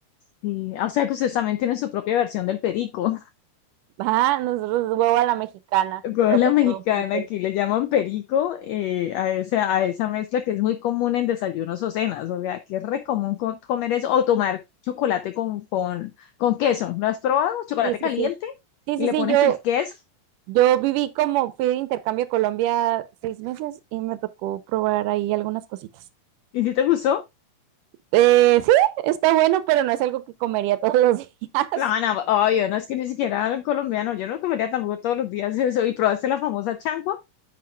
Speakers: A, on the left; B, on the right.
A: Sí, ah, o sea que ustedes también tienen su propia versión del perico.
B: Ajá, nosotros es huevo a la mexicana,
A: Rola
B: pero pues
A: mexicana,
B: lleva un poquito
A: aquí
B: de...
A: le llaman perico eh, a, ese, a esa mezcla que es muy común en desayunos o cenas, o sea, que es re común co- comer eso o tomar chocolate con, con, con queso. ¿Lo has probado? Chocolate
B: Sí, sí,
A: caliente
B: sí. Sí,
A: y
B: sí,
A: le
B: sí,
A: pones
B: yo,
A: el queso.
B: yo viví como, fui de intercambio a Colombia seis meses y me tocó probar ahí algunas cositas.
A: ¿Y si te gustó?
B: Eh, sí, está bueno, pero no es algo que comería todos los días. <laughs>
A: No, no, obvio, no es que ni siquiera el colombiano, yo no comería tampoco todos los días eso. ¿Y probaste la famosa changua?